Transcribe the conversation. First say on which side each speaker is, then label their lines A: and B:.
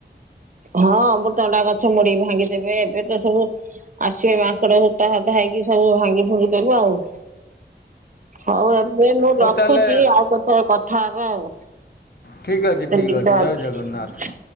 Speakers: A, on the right; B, on the left.
A: ହଁ ଅମୃତଣ୍ଡା ଗଛ ମୁଡିିକି ଭାଙ୍ଗିଦେବେ, ଏବେ ଏସବୁ ଆସିବେ ମାଙ୍କଡ ହୁତା ହୁତା ହେଇକି ସବୁ ଭାଙ୍ଗି ଭୁଙ୍ଗି ଦେବେ ଆଉ ହଉ, ଏବେ ମୁଁ
B: ହଉ
A: ରଖୁଛି
B: ତାହେଲେ
A: ଆଉ କେତେବେଳେ କଥା ହେବା ଆଉ
B: ଠିକ୍ ଅଛି ଠିକ୍
A: ଏ ନିଦ
B: ଅଛି
A: ଆଉଚି।
B: ଜୟ ଜଗନ୍ନାଥ